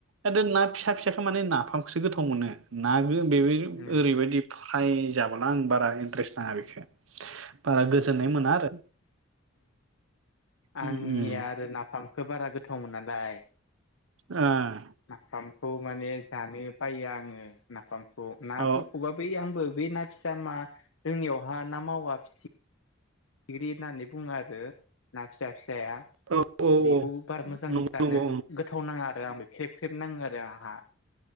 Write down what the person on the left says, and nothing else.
उम
आतसा
आंनि
आरो नाफामखो बारा गोथावमोनालाय
नाफामखौ माने जानो बायो आङो नाफाम खौ नाफोरखौबा
बै आंबो बै ना फिसा मा जोंनियावहा ना मावा फिथि थिग्रि होननानै बुङो आरो ना फिसा फिसाया
बेखौ
बारा मोजां
जानो
गोथाव नाङा आरो आं। खेबख्रेब नाङो आरो आहा।